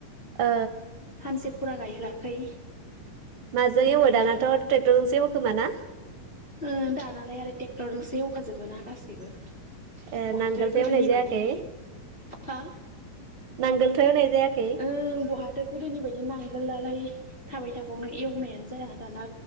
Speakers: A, on the right; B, on the left.
A: ओ
B: सानसे फुरा गायहोआखै
A: माजों
B: ओंखायनो
A: एवो दानाथ'
B: आरो
A: ट्रेक्टरजोंसो एव खोमाना।
B: ओ दानालाय आरो ट्रेक्टरजोंसो एवखाजोबो ना गासैबो।
A: ए
B: बहाथो
A: नांगोलजों
B: गोदोनि
A: एवनाय जायाखै
B: बायदि हा
A: नांगोलथ एवनाय जाया खै।
B: ओं बहाथो' गोदोनि बायदि नांगोलालाय थाबाय थाबावनो एवनायानो जाया दाना